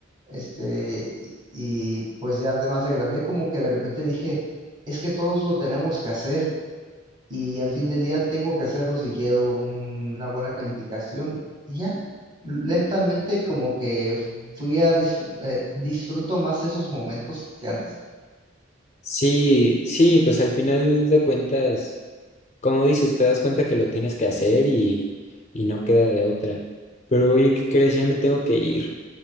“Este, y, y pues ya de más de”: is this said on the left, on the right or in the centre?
Right